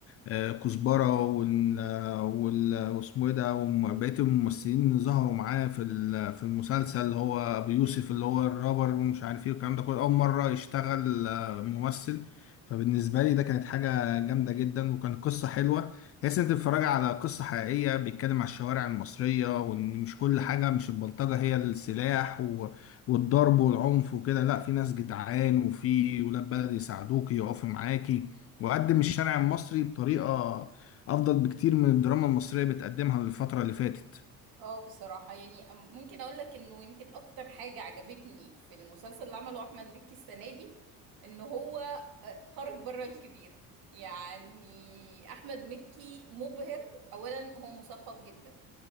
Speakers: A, on the left; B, on the right.
A: آه، كزبرة وال وال واسمه ايه ده وبقية الممثلين اللي ظهروا معاه في ال- في المسلسل اللي هو أبو يوسف اللي هو الرابر ومش عارف ايه والكلام ده كله أول مرة يشتغل آه، ممثل فبالنسبة لي ده كانت حاجة جامدة جدا وكانت قصة حلوة تحس إن أنت بتتفرج على قصة حقيقية بيتكلم على الشوارع المصرية وإن مش كل حاجة مش البلطجة هي السلاح و... والضرب والعنف وكده لا في ناس جدعان وفي ولاد بلد يساعدوك يقفوا معاكي وقدم الشارع المصري بطريقة أفضل بكتير من الدراما المصرية بتقدمها الفترة اللي فاتت
B: اه بصراحة يعني أم- ممكن اقول لك انه يمكن اكتر حاجة عجبتني في المسلسل اللي عمله احمد مكي السنة دي ان هو آه، خرج بره الكبير يعني احمد مكي مبهر اولا هو مثقف جدا